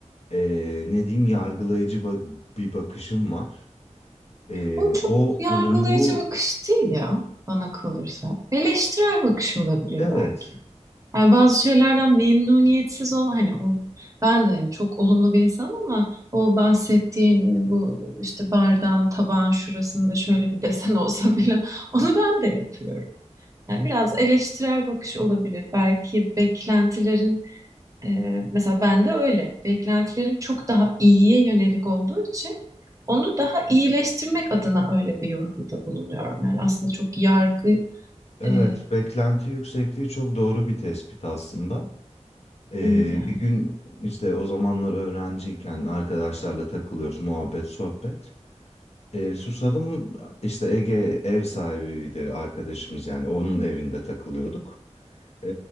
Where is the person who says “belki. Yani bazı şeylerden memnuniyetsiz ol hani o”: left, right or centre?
Right